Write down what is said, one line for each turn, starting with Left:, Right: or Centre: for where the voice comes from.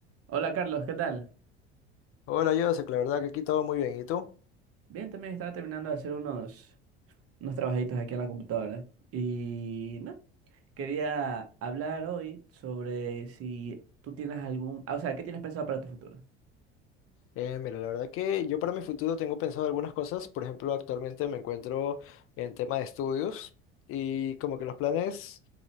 Right: Hola Carlos, ¿qué tal?
Left: Hola, Joseph, la verdad que aquí todo muy bien. ¿Y tú?
Right: Bien, también estaba terminando de hacer unos, unos trabajitos aquí en la computadora. Y no, quería hablar hoy sobre si tú tienes algún, ah, o sea, ¿qué tienes pensado para tu futuro?
Left: Eh, mira, la verdad que yo para mi futuro tengo pensado algunas cosas. Por ejemplo, actualmente me encuentro en tema de estudios y como que los planes